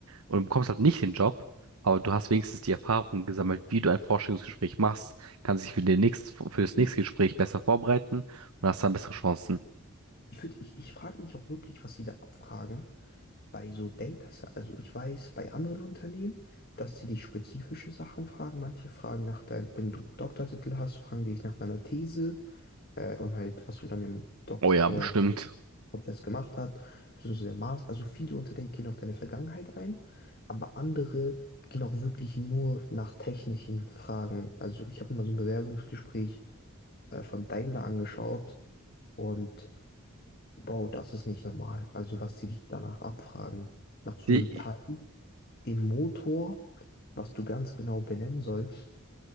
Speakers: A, on the right (about 80°); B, on the left (about 45°).
A: und du bekommst halt nicht den Job, aber du hast wenigstens die Erfahrung gesammelt, wie du ein Vorstellungsgespräch machst, kannst dich für den nächsten, für das
B: Richtig.
A: nächste Gespräch besser vorbereiten und hast dann bessere Chancen.
B: Ich würde, ich, ich frage mich auch wirklich, was sie da abfragen bei so Data Science. Also ich weiß bei anderen Unternehmen, dass sie dich spezifische Sachen fragen. Manche fragen nach deinem, wenn du Doktortitel hast, fragen die dich nach deiner These äh, und halt, was du dann im Doktorprozess
A: Oh ja, bestimmt.
B: gemacht hast, beziehungsweise der Master. Also viele Unternehmen gehen auf deine Vergangenheit ein, aber andere gehen auch wirklich nur nach technischen Fragen. Also ich habe mir mal so ein Bewerbungsgespräch äh, von Daimler angeschaut. Und Bro, das ist nicht normal. Also, was die dich danach abfragen, nach so
A: Die,
B: einem Teil im Motor, was du ganz genau benennen sollst,